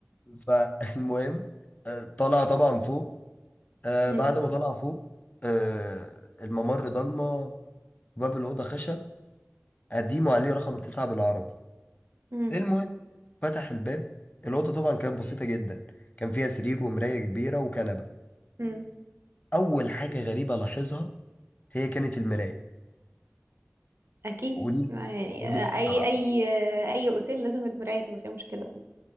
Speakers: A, on the left; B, on the right.
A: فالمهم آه، طلع طبعا فوق آه
B: مم.
A: بعد ما طلع فوق آه الممر ضلمه باب الاوضه خشب قديمه عليه رقم تسعة بالعربي
B: امم
A: المهم فتح الباب الأوضة طبعا كانت بسيطة جدا كان فيها سرير ومراية كبيرة وكنبة
B: امم
A: أول حاجة غريبة لاحظها هي كانت المراية
B: اكيد
A: قولي
B: يعني
A: قولي
B: اي
A: آه،
B: اي اي اوتيل لازم المرايه تبقى فيها مشكله طبعا